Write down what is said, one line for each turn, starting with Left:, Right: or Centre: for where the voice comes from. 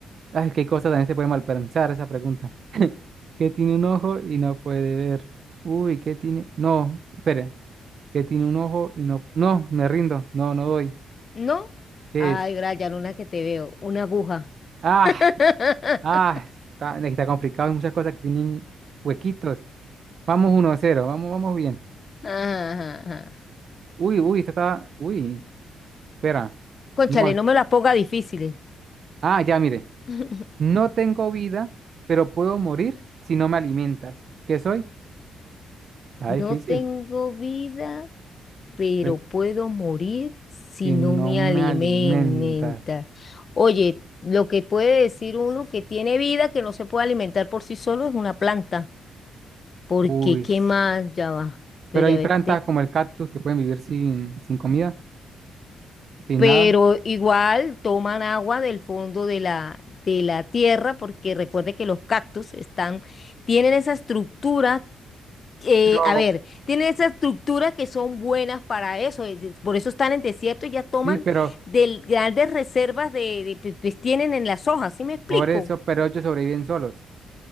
Right: Ay, qué cosa también se puede malpensar esa pregunta. <laughs> qué tiene un ojo y no puede ver. Uy, ¿qué tiene? No, espera, qué tiene un ojo y no. No, me rindo, no, no doy.
Left: ¿No?
Right: ¿Qué
Left: Ay,
Right: es?
Left: Brian, una que te veo, una aguja.
Right: Ah,
Left: <laughs>
Right: ah, está, está complicado, hay muchas cosas que tienen huequitos. Vamos 1 cero vamos, vamos bien.
Left: Ajá.
Right: Uy, uy, esta está. Uy, espera.
Left: Cónchale,
Right: No,
Left: no me las ponga difíciles.
Right: ah, ya, mire.
Left: <laughs>
Right: No tengo vida, pero puedo morir si no me alimentas. ¿Qué soy? Está
Left: No
Right: difícil.
Left: tengo vida, pero
Right: pero
Left: puedo morir si
Right: si
Left: no
Right: no
Left: me alimenta.
Right: me alimentas.
Left: Oye, lo que puede decir uno que tiene vida, que no se puede alimentar por sí solo, es una planta. Porque,
Right: Uy.
Left: ¿qué
Right: s-
Left: más? Ya va. Pero
Right: Pero hay
Left: a ver,
Right: plantas como el cactus que pueden vivir sin, sin comida, sin
Left: pero
Right: nada.
Left: igual toman agua del fondo de la, de la tierra, porque recuerde que los cactus están, tienen esa estructura. eh,
Right: Pero
Left: a ver, tienen esa estructura que son buenas para eso, eh, de- por eso están en desierto y ya toman
Right: sí, pero
Left: del, grandes reservas de, de- pues, pues, tienen en las hojas, ¿sí me explico?
Right: por eso, pero ellos sobreviven solos.